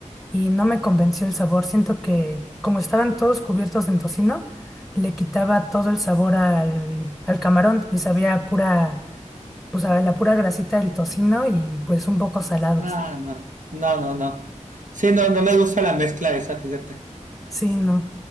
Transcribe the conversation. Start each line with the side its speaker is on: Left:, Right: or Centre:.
Centre: y no me convenció el sabor. Siento que como estaban todos cubiertos en tocino, le quitaba todo el sabor al, al camarón y sabía a pura, pues a la pura grasita del tocino y pues un poco salados.
Right: Ah, no, no, no, no. Sí, no, no me gusta la mezcla esa, fíjate.
Centre: Sí, no.